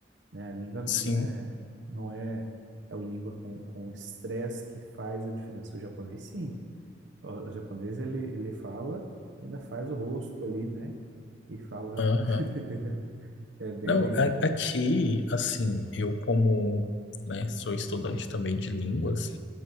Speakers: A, on the right (about 75°); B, on the left (about 70°).
A: né? A língua
B: Sim.
A: é, não é aquela língua com com o estresse que faz a diferença. O japonês sim. O o japonês, ele, ele fala, e ainda faz o rosto ali, né? E fala.
B: Aham.
A: <laughs> É bem
B: Não,
A: legal.
B: a- aqui, assim, eu como, né, sou estudante também de línguas,